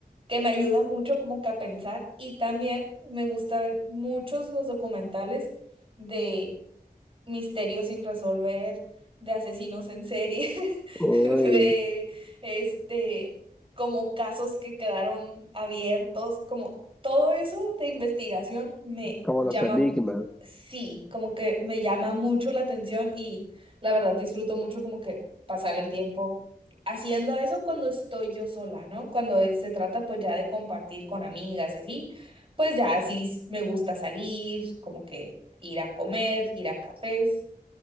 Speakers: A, on the right; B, in the centre.
A: que me ayuda mucho como que a pensar y también me gusta ver muchos los documentales de misterios sin resolver, de asesinos en serie, <laughs>
B: uy,
A: de este, como casos que quedaron abiertos, como todo eso de investigación me
B: como
A: llama,
B: los enigmas,
A: sí, como que me llama mucho la atención y la verdad disfruto mucho como que pasar el tiempo. Haciendo eso cuando estoy yo sola, ¿no? Cuando es- se trata pues ya de compartir con amigas y así, pues ya así s- me gusta salir, como que ir a comer, ir a cafés.